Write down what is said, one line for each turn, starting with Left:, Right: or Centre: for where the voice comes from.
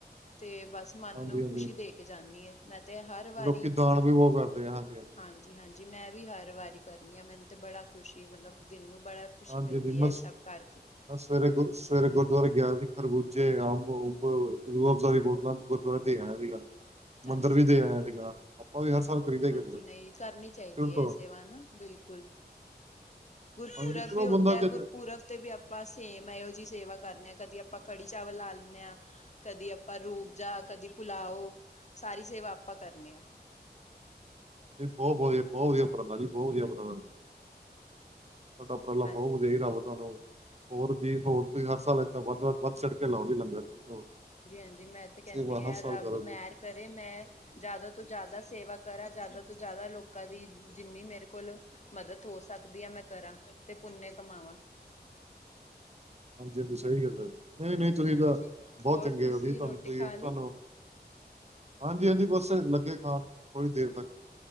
Left: ਤੇ ਬਸ ਮਨ
Right: ਹਾਂਜੀ
Left: ਨੂੰ
Right: ਹਾਂਜੀ
Left: ਖੁਸ਼ੀ ਦੇ ਕੇ ਜਾਂਦੀ ਏ, ਮੈਂ ਤੇ ਹਰ ਵਾਰੀ
Right: ਲੋਕੀ ਦਾਨ ਵੀ ਬਹੁਤ ਕਰਦੇ ਆ ਹਾਂਜੀ-ਹਾਂਜੀ।
Left: ਹਾਂਜੀ-ਹਾਂਜੀ, ਮੈਂ ਵੀ ਹਰ ਵਾਰੀ ਕਰਨੀ ਆ, ਮੈਨ ਤੇ ਬੜਾ ਖੁਸ਼ੀ ਮਤਲਬ ਦਿਲ ਨੂੰ ਬੜਾ ਖੁਸ਼ੀ
Right: ਹਾਂ,
Left: ਮਿਲਦੀ
Right: ਜੀਜੀ ਮਸ।
Left: ਐ ਸਭ ਕਰਕੇ
Right: ਮ ਸਵੇਰੇ ਗੁਰ ਸਵੇਰੇ ਗੁਰਦੁਆਰੇ ਗਿਆ ਸੀ, ਖਰਬੂਜੇ ਅੰਬ-ਉਂਬ ਰੂਅਬਜ਼ਾ ਦੀ ਬੋਤਲਾਂ ਗੁਰਦੁਆਰਾ ਤੇ ਆਇਆ ਸੀਗਾ,
Left: ਹਾਂਜੀ।
Right: ਮੰਦਿਰ ਵੀ ਤੇ ਆਇਆ ਸੀਗਾ, ਅਪਾਂ ਵੀ ਹਰ ਸਾਲ ਕਰੀਦਾ ਹੀ
Left: ਹਾਂਜੀ,
Right: ਕਰੀਦਾ
Left: ਨਈ ਕਰਨੀ
Right: ਸ਼ੁਰੂ
Left: ਚਾਹੀਦੀ ਐ,
Right: ਤੋਂ
Left: ਏ ਸੇਵਾ ਨਾ ਬਿਲਕੁਲ। ਗੁਰਪੁਰਬ
Right: ਹਾਂਜੀ ਚਲੋ
Left: ਵੀ ਹੁੰਦਾ
Right: ਬੰਦਾ ਕਿਤੇ
Left: ਐ ਗੁਰਪੁਰਬ ਵੀ ਅਪਾਂ ਸੇਮ ਇਹੋ ਜਿਹੀ ਸੇਵਾ ਕਰਨੇ ਆ, ਕਦੀ ਅਪਾਂ ਕੜੀ ਚਾਵਲ ਲਾ ਲੈਨੇ ਆ ਕਦੀ ਅਪਾਂ ਰੂਬਜ਼ਾ, ਕਦੀ ਪੁੁਲਾਓ, ਸਾਰੀ ਸੇਵਾ ਅਪਾਂ ਕਰਨੇ ਆ।
Right: ਨਈ ਬੋਤ ਵਦੀਆ, ਬੋਤ ਵਦੀਆ ਉਪਰਾਲਾ ਜੀ ਬੋਤ ਵਦੀਆ ਉਪਰਾਲਾ। ਤੁਆਡਾ ਉਪਰਾਲਾ
Left: ਹਾਂ
Right: ਬਹੁਤ ਵਦੀਆ ਈ ਰੱਬ ਤੁਹਾਨੂੰ ਹੋਰ ਦੀ ਹੋਰ ਤੁਸੀਂ ਹਰ ਸਾਲ ਏਦਾਂ ਵੱਧ ਵ ਵੱਧ ਛੜ ਕੇ ਲਾਓ ਜੀ ਲੰਗਰ ਦੀ ਹੋਰ
Left: ਹਾਂਜੀ ਮੈਂ ਤੇ ਕੈਦੀ
Right: ਸੇਵਾ
Left: ਐ
Right: ਹਰ ਸਾਲ
Left: ਰੱਬ
Right: ਕਰੋ ਜੀ
Left: ਮੈਰ ਕਰੇ ਮੈਂ ਜੈਦਾ ਤੋਂ ਜੈਦਾ ਸੇਵਾ ਕਰਾਂ ਜੈਦਾ ਤੋਂ ਜੈਦਾ ਲੋਕਾਂ ਦੀ ਜਿੰਨੀ ਮੇਰੇ ਕੋਲ ਮਦਦ ਹੋ ਸਕਦੀ ਐ ਮੈਂ ਕਰਾਂ ਤੇ ਪੁੰਨਯ ਕਮਾਵਾਂ।
Right: ਹਾਂਜੀ-ਹਾਂਜੀ ਸਈ ਗੱਲ ਐ ਜੀ, ਨਈ-ਨਈ ਤੁਸੀਂ
Left: ਹਾਂਜੀ
Right: ਤਾਂ ਬੋਤ
Left: ਹੋਰ
Right: ਚੰਗੇ
Left: ਤੁਸੀਂ
Right: ਓ ਜੀ, ਤੁਆਨੂੰ
Left: ਰੋਟੀ
Right: ਤੁਹੀ
Left: ਖਾ
Right: ਤੁਆਨੂੰ
Left: ਲਈ
Right: ਹਾਂਜੀ-ਹਾਂਜੀ ਬਸ ਲੱਗੇ ਖਾਣ, ਥੋੜੀ ਦੇਰ ਤੱਕ।